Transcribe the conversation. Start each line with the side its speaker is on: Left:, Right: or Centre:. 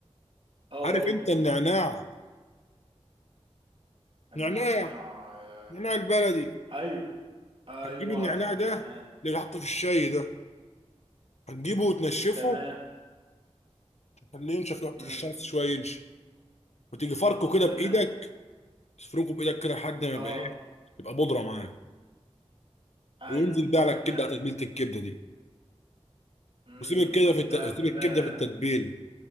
Right: اه
Left: عارف
Right: قول
Left: انت
Right: لي
Left: النعناع
Right: النعناع
Left: نعناع
Right: آه،
Left: نعناع البلدي
Right: ايوه ايوه
Left: هتجيب النعناع
Right: اعرف النعناع
Left: ده اللي بيتحط في الشاي ده هتجيبه وتنشفه
Right: تمام
Left: تخليه ينشف يحطه
Right: امم
Left: في الشمس شويه ينشف وتيجي فركه كده
Right: تمام
Left: بايدك تفركه بايدك كده لحد ما
Right: اه
Left: يبقى ايه يبقى بودره معاه
Right: ايوه
Left: وانزل بقى على
Right: تمام
Left: الكبده على تتبيله الكبده دي
Right: امم
Left: وسيب الكبده في الت...
Right: ده بتبقى
Left: سيب الكبده في التتبيله